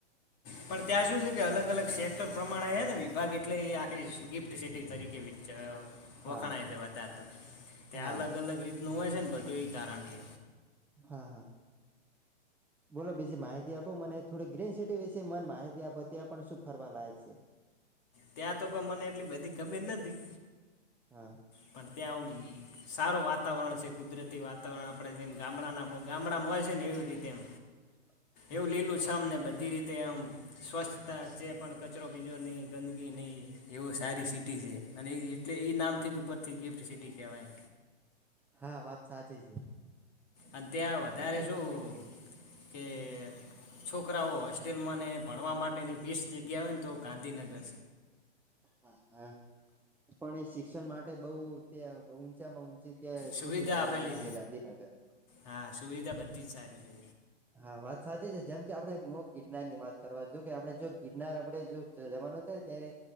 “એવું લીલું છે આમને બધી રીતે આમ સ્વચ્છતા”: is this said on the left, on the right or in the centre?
Left